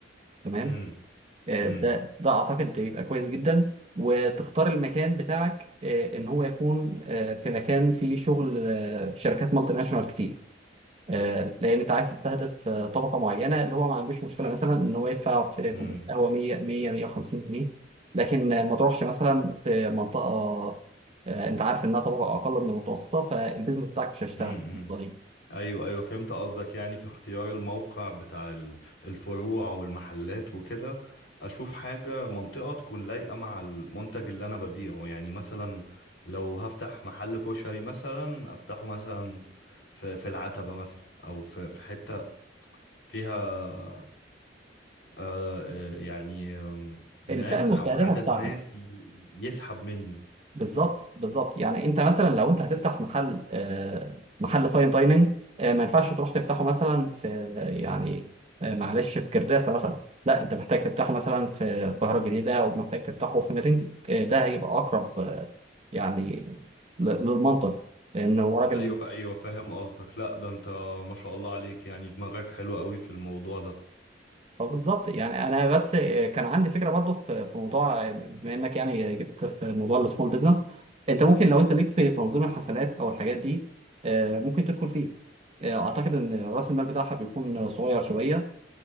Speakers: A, on the right; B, on the left.
A: تمام
B: امم
A: آه،
B: امم
A: ده ده اعتقد بيبقى كويس جدا وتختار المكان بتاعك آه، ان هو يكون آه، في مكان فيه شغل آه، شركات مالتي ناشونال كتير آه، لان انت عايز تستهدف آه، طبقه معينه اللي هو ما عندوش مشكله مثلا ان هو يدفع في كوبايه
B: امم
A: قهوه 100 100 150 جنيه لكن آه، ما تروحش مثلا في منطقه آه، انت عارف انها طبقه اقل من المتوسطه فالبيزنس بتاعك مش هيشتغل
B: امم امم.
A: بالطريقة.
B: ايوه ايوه فهمت قصدك يعني في اختيار الموقع بتاع ال- الفروع والمحلات وكده اشوف حاجه منطقه تكون لايقه مع المنتج اللي انا ببيعه يعني مثلا لو هفتح محل كشري مثلا افتحه مثلا في في العتبه مثلا او في في حته فيها آه آه، يعني آم، ناس
A: الفئه المستهدفه
B: او عدد
A: بتاعتك
B: ناس ي- يسحب مني
A: بالظبط بالظبط يعني انت مثلا لو انت هتفتح محل آه، محل فاين دايننج آه، ما ينفعش تروح تفتحه مثلا في يعني آه، معلش في كرداسه مثلا لا انت محتاج تفتحه مثلا في القاهره الجديده او محتاج تفتحه في مدينتك آه، ده هيبقى اقرب آه، يعني ل- للمنطق لان هو راجل
B: ايوه ايوه فاهم قصدك لا ده انت ما شاء الله عليك يعني دماغك حلو قوي في الموضوع ده
A: اه بالظبط يعني انا بس كان عندي فكره برضو في في موضوع بما انك يعني جبت في موضوع السمول بزنس انت ممكن لو انت ليك في تنظيم الحفلات او الحاجات دي آه، ممكن تدخل فيه آه، اعتقد ان راس المال بتاعها بيكون صغير شويه